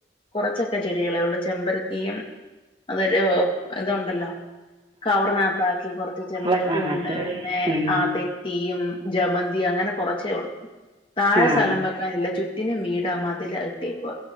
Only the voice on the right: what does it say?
ആഹ്
ആഹ്
ഉം
ആഹ്